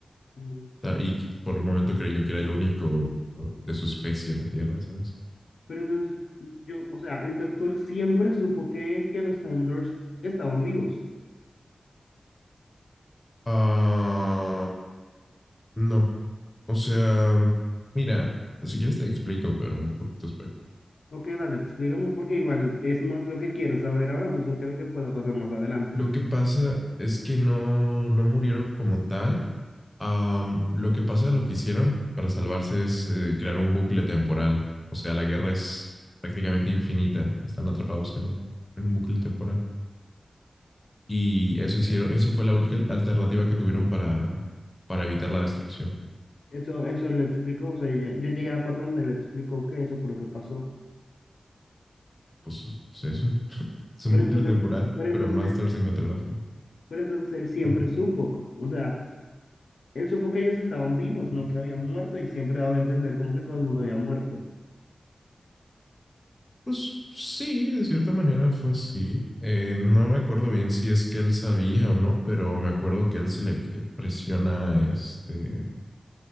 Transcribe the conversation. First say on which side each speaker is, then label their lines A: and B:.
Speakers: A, on the left; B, on the left.
A: <laughs>
B: Y por un momento creyó que era el único de su especie en la Tierra, ¿sabes?
A: Pero entonces, yo, o sea, el doctor siempre supo que, que los Time Lords estaban vivos.
B: Ah, no. O sea, mira, si quieres te explico, pero es poquito espe-
A: Ok, dale, explícame porque igual es más lo que quiero saber ahora mismo que lo que pueda pasar más adelante.
B: Lo que pasa es que no, no murieron como tal. Am, lo que pasa, lo que hicieron para salvarse es eh, crear un bucle temporal. O sea, la guerra es prácticamente infinita. Están atrapados en un, en un bucle temporal. Y eso
A: Esa
B: hicieron,
A: parte,
B: eso fue la única alternativa que tuvieron para, para evitar la destrucción.
A: eso, eso le explicó, o sea, ya- yo llegué a la parte donde le explicó que eso fue lo que pasó.
B: pues, pues eso. Es un
A: Pero
B: bucle
A: entonces,
B: temporal,
A: pero entonces
B: pero Masters
A: él,
B: encontró la forma.
A: pero entonces él siempre
B: Ajá.
A: supo, o sea, él supo que ellos estaban vivos, no que habían muerto y siempre daba a entender como que todo el mundo había muerto.
B: Pues sí, de cierta manera fue así. Eh, no me acuerdo bien si es que él sabía o no, pero me acuerdo que él se le presiona este